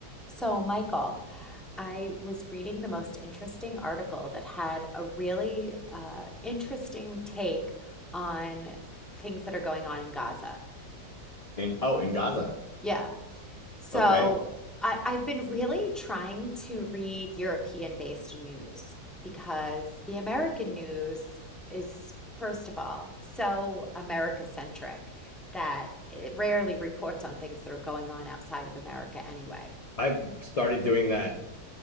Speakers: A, in the centre; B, on the left (about 30°).
A: So, Michael, I was reading the most interesting article that had a really uh, interesting take on things that are going on in Gaza.
B: In oh, in Gaza.
A: Yeah. So,
B: Okay.
A: I, I've been really trying to read European-based news because the American news is, first of all, so America-centric that it rarely reports on things that are going on outside of America anyway.
B: I've started doing that